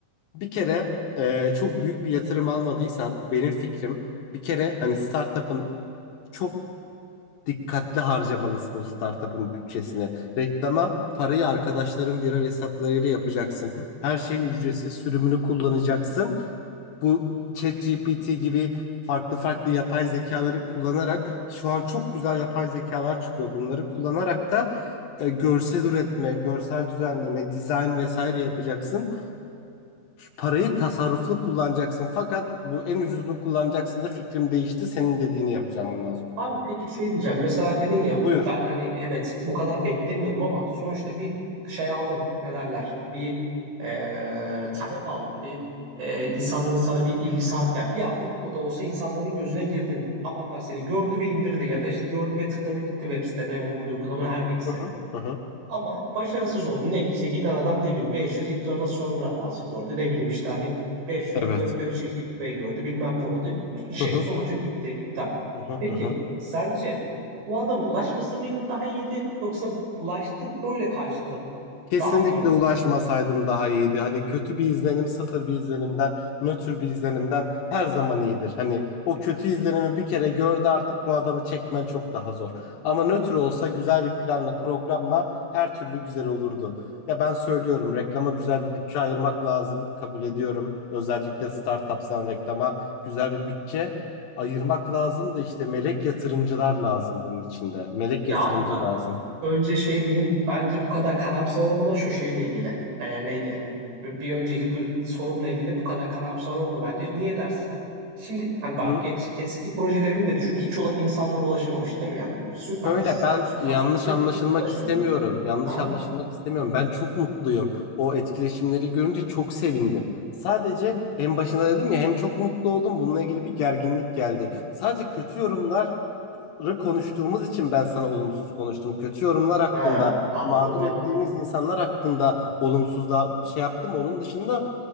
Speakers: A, on the left; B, on the right.
A: Bir kere e, çok büyük bir yatırım almadıysan benim fikrim bir kere hani startup'ın çok dikkatli harcamalısın o startup'ın bütçesini. Reklama parayı arkadaşların viral hesaplarıyla yapacaksın. Her şeyin ücretsiz sürümünü kullanacaksın bu ChatGPT gibi farklı farklı yapay zekaları kullanarak şu an çok güzel yapay zekalar çıkıyor. Bunları kullanarak da e, görsel üretme, görsel düzenleme, dizayn vesaire yapacaksın. Parayı tasarruflu kullanacaksın fakat bu en ucuzunu kullanacaksın da fikrim değişti. Senin dediğini yapacağım bundan sonra.
B: Abi peki şey diyeceğim. Mesela dedin ya
A: Buyur.
B: ben hani evet bu kadar beklemiyordum ama sonuçta bir şey aldın. Ne derler? Bir e, talep aldın. Bir e, insanların sana bir ilgisi arttı. Yani bir anlık o da olsa insanların gözüne girdin. Adamlar seni gördü ve indirdi ya da işte gördü ve tıkladı gitti web sitene, mobil uygulama
A: Hı
B: her
A: hı,
B: neyse.
A: hı hı, hı hı.
B: Ama başarısız oldu. Ne işte giden adam ne bileyim 500 internal server hatası gördü. Ne bileyim işte hani 500
A: Evet.
B: 400 şey gateway gördü. Bilmem ne oldu. Şey
A: Hı hı,
B: sonucu bitti, iptal.
A: hı hı,
B: Peki
A: hı hı.
B: sence bu adama ulaşması mıydın daha iyiydi yoksa ulaştı böyle karşıladım
A: Kesinlikle
B: daha mı iyi oldu?
A: ulaşmasaydım daha iyiydi. Hani kötü bir izlenim, sıfır bir izlenimden, nötr bir izlenimden her zaman iyidir. Hani o kötü izlenimi bir kere gördü artık bu adamı çekmen çok daha zor. Ama nötr olsa güzel bir planla, programla her türlü güzel olurdu. Ya ben söylüyorum reklama güzel bir bütçe ayırmak lazım. Kabul ediyorum. Özellikle startupsan reklama güzel bir bütçe ayırmak lazım da işte melek yatırımcılar lazım bunun içinde. Melek
B: Ya
A: yatırımcı
B: abi bak
A: lazım.
B: Önce şey diyeyim. Bence bu kadar karamsar olma şu şeyle ilgili. Ee, neydi? Bir önceki du- sorumla ilgili bu kadar karamsar olma bence. Niye dersen? Şimdi hani
A: <laughs>
B: bak geç eski projelerini de düşün. Hiç ula- insanlara ulaşamamış değil mi yani? Süper
A: Şöyle
B: sistem,
A: ben
B: süper
A: yanlış
B: fikir.
A: anlaşılmak
B: Hiç ulaşamadı.
A: istemiyorum. Yanlış
B: Aha.
A: anlaşılmak istemiyorum. Ben çok mutluyum. O etkileşimleri görünce çok sevindim. Sadece en başında dedim ya hem çok mutlu oldum. Bununla ilgili bir gerginlik geldi. Sadece kötü yorumları konuştuğumuz için ben sana olumsuz konuştum. Kötü yorumlar hakkında,
B: Ha, anladım
A: mağdur
B: abi.
A: ettiğimiz insanlar hakkında olumsuz da şey yaptım. Onun dışında